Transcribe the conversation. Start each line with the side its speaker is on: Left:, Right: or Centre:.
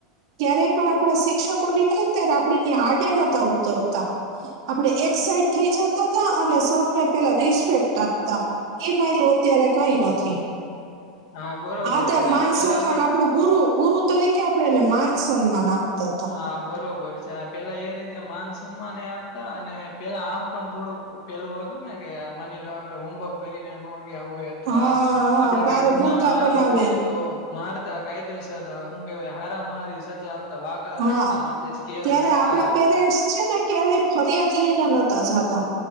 Right: ક્યારેય પણ આપણા શિક્ષક કો નીકળે ને ત્યારે આપણેેની આડે નતા ઉતરતા. આપડ એક સાઇડ થઈ જતા તા અને સરને પેલા રિસ્પેક્ટ આપતા. એ માયલુ અત્યારે કઈ નથી.
Left: હા બરોબર
Right: આદર
Left: છે
Right: માન
Left: આ પેલા
Right: સન્માન
Left: તો
Right: આપણું ગુરુ ગુરુ તરીકે આપણે એને માન સન્માન આપતા હતા.
Left: હા બરોબર છે આ પેલા એ રીતે માન સન્માન એ આપતા અને પેલા આમ પણ થોડુંક પેલું હતું ને કે માની લો આપડે હોમવર્ક કરીને નો ગ્યા હોય અથવા
Right: હા હા
Left: આપડે
Right: બારે
Left: કઈ ગુનામાં
Right: મુર્ગા
Left: આવ્યા
Right: બનાવે
Left: હોય તો મારતા કાયદેસર હું કેવાય હારામાં હારી સજા આપતા <unintelligible>
Right: હા
Left: માથે સ્કેલ
Right: ત્યારે
Left: મુકતા
Right: આપડા પેરેન્ટ્સ છે ને ક્યારેક ફરિયાદ લઈને નોતાં જતા